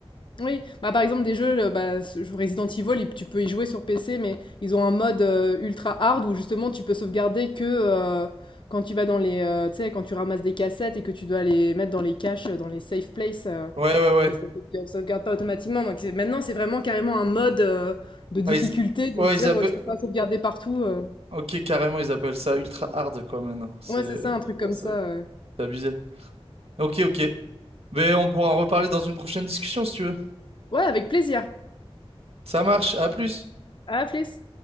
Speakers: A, on the left; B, on the right.
A: Oui, bah, par exemple des jeux, heu, bah, ce je Resident Evil, il tu peux y jouer sur PC, mais ils ont un mode, heu, ultra hard où justement tu peux sauvegarder que, heu, quand tu vas dans les, heu, tu sais, quand tu ramasses des cassettes et que tu dois les mettre dans les caches, heu, dans les safe places euh.
B: Ouais, ouais, ouais.
A: Et ça sauvegarde sauvegarde pas automatiquement, donc c'est maintenant, c'est vraiment carrément un mode, heu, de difficulté
B: Ah, ils...
A: de
B: Ouais,
A: se dire,
B: ils appellent...
A: heu, tu peux pas sauvegarder partout, heu
B: Ok, carrément, ils appellent ça ultra hard, quoi, maintenant. C'est
A: ouais, c'est ça, un truc comme
B: ouais, c'est-
A: ça, heu.
B: c'est abusé. Ok, ok. Mais on pourra en reparler dans une prochaine discussion, si tu veux.
A: Ouais, avec plaisir.
B: Ça marche, à plus.
A: À la plus.